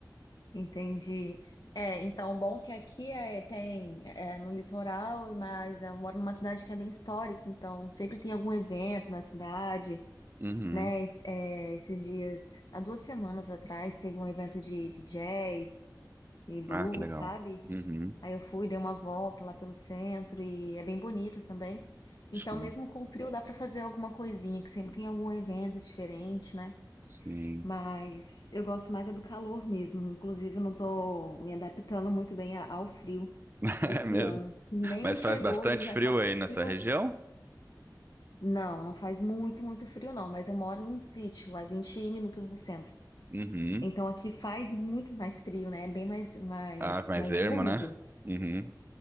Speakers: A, on the left; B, on the right.
A: entendi. É, então, o bom que aqui é, tem é, no litoral, mas eu moro numa cidade que é bem histórica, então sempre tem algum evento na cidade,
B: Uhum.
A: né? Es- é, esses dias, há duas semanas atrás, teve um evento de, de jazz e blues,
B: Ah, que legal.
A: sabe?
B: Uhum.
A: Aí eu fui, dei uma volta lá pelo centro e é bem bonito também.
B: Sim,
A: Então, mesmo com o frio, dá pra fazer alguma coisinha, que sempre tem algum evento diferente, né?
B: sim.
A: Mas eu gosto mais é do calor mesmo. Inclusive, eu não tô me adaptando muito bem a- ao frio
B: <laughs>
A: esse
B: É mesmo.
A: ano. Nem
B: Mas
A: chegou
B: faz bastante
A: e já
B: frio
A: tá um
B: aí na
A: frio.
B: tua região?
A: Não, não faz muito, muito frio, não. Mas eu moro num sítio, a 20 minutos do centro.
B: Uhum.
A: Então aqui faz muito mais frio, né? É Bem mais, mais,
B: Ah, mais
A: mais
B: ermo,
A: úmido.
B: né? Uhum.